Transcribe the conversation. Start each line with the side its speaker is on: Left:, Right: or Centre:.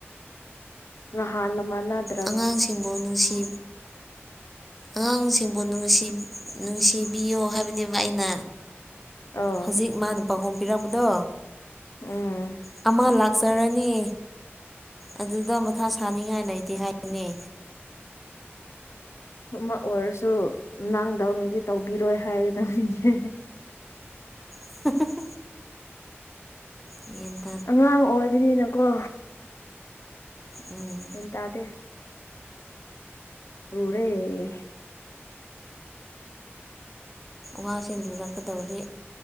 Left: ꯃꯍꯥꯟ ꯃꯅꯥꯗ
Centre: ꯑꯉꯥꯡꯁꯤꯡꯕꯨ ꯅꯨꯡꯁꯤ
Left: <inaudible>
Centre: ꯑꯉꯥꯡꯁꯤꯡꯕꯨ ꯅꯨꯡ ꯅꯨꯡꯁꯤꯕꯤꯌꯣ ꯍꯥꯏꯕꯅꯦꯕ ꯑꯩꯅ
Left: ꯑꯧ
Centre: ꯍꯧꯖꯤꯛ ꯃꯥꯅ ꯄꯥꯎꯈꯨꯝ ꯄꯤꯔꯛꯄꯗꯣ
Left: ꯎꯝ
Centre: ꯑꯃ ꯂꯥꯛꯆꯔꯅꯤ ꯑꯗꯨꯗ ꯃꯊꯥ ꯁꯥꯅꯤꯡꯉꯥꯏ ꯂꯩꯇꯦ ꯍꯥꯏꯕꯅꯤ
Left: ꯑꯃ ꯑꯣꯏꯔꯁꯨ ꯅꯪꯗꯧꯅꯗꯤ ꯇꯧꯕꯤꯔꯣꯏ ꯍꯥꯏꯌꯦ ꯅꫭꯏꯁꯦ
Centre: <unintelligible> ꯌꯦꯟ
Left: ꯑꯉꯥꯡ ꯑꯣꯏꯕꯅꯤꯅꯀꯣ
Centre: ꯎꯝ
Left: ꯒ꯭ꯌꯥꯟ ꯇꯥꯗꯦ ꯂꯨꯔꯦ
Centre: ꯋꯥꯁꯦ ꯂꯨꯔꯛꯀꯗꯧꯔꯤ